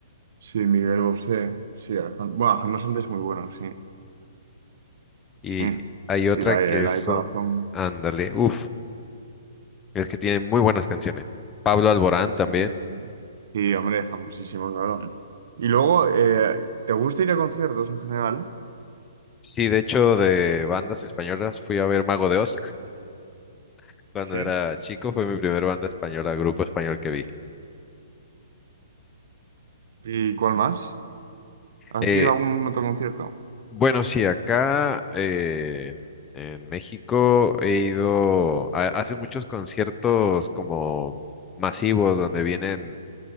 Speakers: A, on the right (about 60°); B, on the left (about 20°).
A: sí, Miguel Bosé. Sí, Alejandro, bueno, Alejandro Sanz es muy bueno, sí.
B: Y
A: Sí,
B: hay
A: sí,
B: otra
A: la de,
B: que
A: la
B: son,
A: de corazón.
B: ándale, uff, es que tienen muy buenas canciones. Pablo Alborán también.
A: Mm, Sí, hombre, famosísimo, claro. Y luego, eh, ¿te gusta ir a conciertos en general?
B: Sí, de hecho, de bandas españolas fui a ver Mago de Oz <laughs> cuando
A: Sí.
B: era chico. Fue mi primer banda española, grupo español que vi.
A: ¿Y cuál más? ¿Has
B: Eh,
A: ido a algún otro concierto?
B: Bueno, sí, acá eh, en México he ido, a- hace muchos conciertos como masivos donde vienen